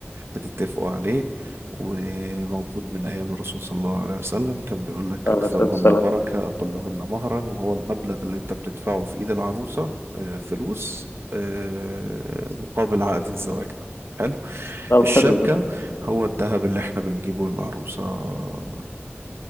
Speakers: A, on the right; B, on the left.
A: بتتفقوا عليه وموجود من أيام الرسول صلى الله عليه وسلم كان بيقول لك
B: على
A: أكثرهن
B: أساس السلام
A: بركة أقلهن مهرا وهو المبلغ اللي أنت بتدفعه في إيد العروسة آه، فلوس آه، مقابل عقد الزواج ده حلو
B: طب
A: الشبكة
B: حلو ده
A: هو الذهب اللي احنا بنجيبه للعروسة آه،